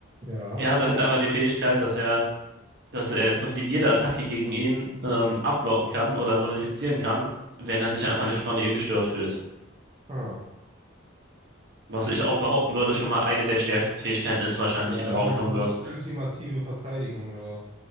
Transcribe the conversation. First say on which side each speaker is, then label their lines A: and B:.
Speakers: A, on the right; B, on the right.
A: ja.
B: Er hat halt einmal die Fähigkeit, dass er dass er im Prinzip jede Attacke gegen ihn ähm, abblocken kann oder nullifizieren kann, wenn er sich einfach nicht von ihr gestört fühlt.
A: Ah.
B: Was ich auch behaupten würde, schon mal eine der stärksten Fähigkeiten ist wahrscheinlich,
A: Ja,
B: die darauf
A: so
B: kommen
A: eine
B: wird.
A: ultimative Verteidigung oder?